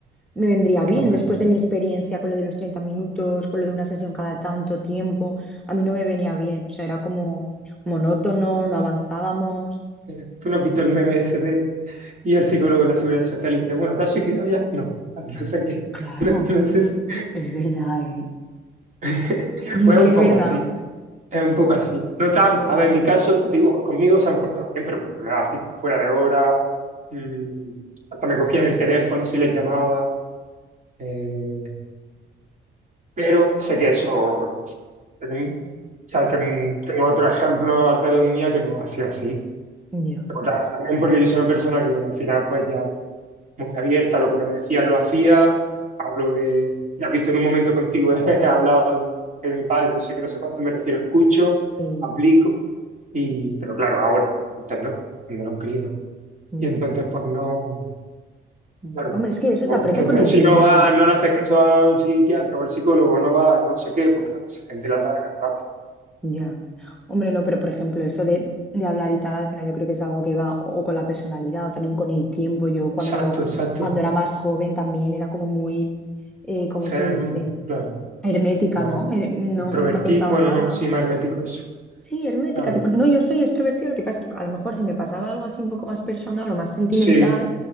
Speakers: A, in the centre; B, on the right (about 40°).
A: me vendría bien
B: claro.
A: después de mi experiencia con lo de los 30 minutos, con lo de una sesión cada tanto tiempo, a mí no me venía bien, o sea, era como monótono, no avanzábamos.
B: Eh, ¿Tú no has visto
A: Entonces,
B: el meme ese de y al psicólogo de la Seguridad Social y dice, bueno, ¿te has suicidado ya? No, <laughs> Ah, no sé qué.
A: Claro,
B: <laughs> Entonces,
A: es verdad, ¿eh?
B: <laughs>
A: <laughs> Es
B: pues
A: Que
B: es un
A: es
B: poco
A: verdad.
B: así. Es un poco así. No tanto. A
A: mm,
B: ver, en mi caso, digo, conmigo se han portado bien, pero porque me daba citas fuera de hora, mm, hasta me cogían
A: Mm,
B: el teléfono si les llamaba. eh, pero sé que eso. ten- o sea, ten- tengo otro ejemplo alrededor mía que no ha sido así.
A: Ya,
B: Pero ta- También porque yo soy una persona que al final, pues ya. muy abierta, lo que me decía lo hacía, hablo de, ya has visto en un momento contigo, <laughs> he hablado de mi padre, no sé qué, no sé cuánto, me refiero, escucho,
A: sí.
B: aplico, y, pero claro, ahora, antes no, cuando era un crío, ¿no?
A: ya.
B: Y entonces, pues no,
A: mm.
B: claro,
A: Hombre, es que eso
B: o
A: se aprende
B: por ejemplo,
A: con el
B: si
A: tiempo.
B: no va, no le haces caso al psiquiatra o al psicólogo, no va, no sé qué, pues claro, esa gente la largan rápido.
A: Ya. Hombre, no, pero por ejemplo, eso de, de hablar y tal, al final yo creo que es algo que va o con la personalidad o también con el tiempo. Yo cuando,
B: Exacto, exacto,
A: cuando era más joven también era como muy, eh, ¿cómo
B: ser,
A: se dice?
B: mm, claro,
A: Hermética,
B: más
A: ¿no? Me- no,
B: introvertido,
A: nunca contaba
B: bueno,
A: nada.
B: no, sí, más hermético eso,
A: Sí, hermética,
B: claro,
A: tipo, no, yo soy extrovertida, lo que pasa es que a lo mejor si me pasaba algo así un poco más personal o más sentimental,
B: sí,